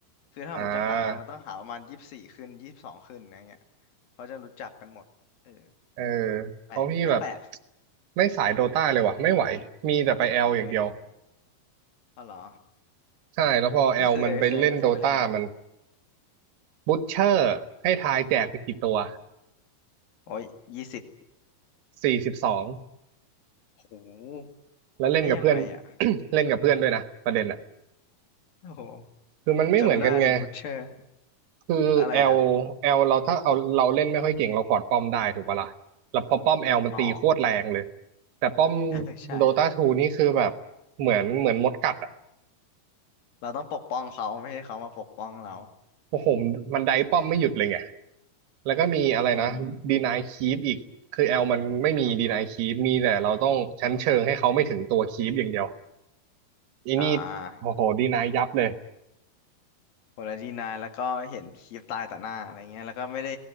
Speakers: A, on the left (about 65°); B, on the right (about 85°).
A: คือถ้าผมจะหา
B: อ่า
A: มันต้องหาประมาณยี่สิบสี่ขึ้นยี่สิบสองขึ้นอะไรเงี้ยเขาจะรู้จักกันหมดเออ
B: เออ
A: แปลกไม่แปลก
B: เพราะพี่แบบไม่สายโดตาเลยว่ะไม่ไหว มีแต่ไปแอลอย่างเดียว
A: ไม่อ๋อเหรอ
B: ใช่แล้วพอแอลมันไปเล่นโดตามัน
A: พี่เคยเคยเคยมาเล่นมะ
B: บูทเชอร์ให้ทายแจกไปกี่ตัว
A: โอ้ยยี่สิบ
B: สี่สิบสอง
A: โห
B: แล้วเล่นกับเพื่อน
A: ได้ยังไงอ่ะ
B: <coughs> เล่นกับเพื่อนด้วยนะประเด็นอ่ะ
A: โอ้โห
B: คือมันไม่เหมือนกันไง
A: จำได้เลยบูชเชอร์
B: คือแอลแอลเราถ้าเอาเราเล่นไม่ค่อยเก่งเรากอดป้อมได้ถูกปะล่ะแล้วพอป้อมแอลมันตีโคตรแรงเลย
A: อะไรอ่ะอ๋อ
B: แต่ป้อม
A: <laughs> เออใช่
B: โดตาทูนี่คือแบบเหมือนเหมือนมดกัดอ่ะ
A: เราต้องปกป้องเขาไม่ให้เขามาปกป้องเรา
B: โอ้โหมันไดป้อมไม่หยุดเลยไงแล้วก็มีอะไรนะดีนายคีปอีกคือแอลมันไม่มีดีนายคีปมีแต่เราต้องชั้นเชิงให้เขาไม่ถึงตัวคีปอย่างเดียว
A: <laughs> อืม
B: อีนี่โอ้โหดีนายยับเลย
A: อ่า โหแล้วดีนายแล้วก็เห็นคลิปตายต่อหน้าอะไรเงี้ยแล้วก็ไม่ได้